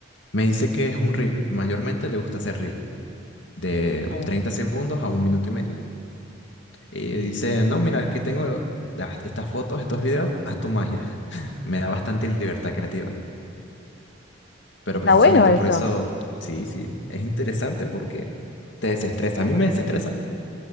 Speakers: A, on the left (about 70°); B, on the left (about 55°).
A: Me dice que es un reel. Mayormente le gusta hacer reel de
B: Ahí
A: 30
B: va.
A: segundos a un minuto y medio. Y dice, no, mira, aquí tengo las- estas fotos, estos videos, haz tu magia. <laughs> Me da bastante libertad creativa. Pero
B: Está
A: precisamente
B: bueno eso.
A: por eso, sí, sí, es interesante porque te desestresa. A mí me desestresa